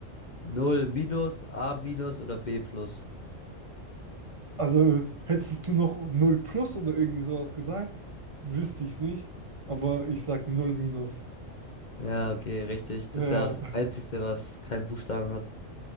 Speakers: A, on the left; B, on the right.
A: Null minus, A minus oder B plus?
B: Also hättest du noch null plus oder irgendwie sowas gesagt, wüsste ich es nicht. Aber ich sag null minus.
A: Ja, okay, richtig.
B: Ja,
A: Das ist ja auch das Einzige, was keinen Buchstaben hat.